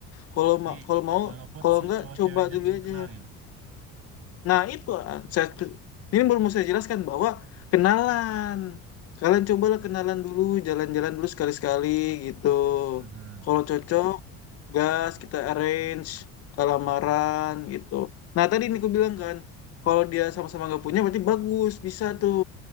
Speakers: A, on the left; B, on the right.
A: kalau
B: Tapi
A: ma- kalau mau
B: walaupun
A: kalau
B: si
A: nggak
B: cowok
A: coba
B: ceweknya
A: dulu
B: belum
A: aja
B: kenal gitu.
A: Nah, itu ah, saya, ini belum mau saya jelaskan bahwa kenalan. Kalian cobalah kenalan dulu, jalan-jalan dulu sekali-sekali gitu.
B: Heeh.
A: Kalau cocok, gas kita arrange eh, lamaran gitu. Nah, tadi ini aku bilang kan, kalau dia sama-sama nggak punya berarti bagus, bisa tuh.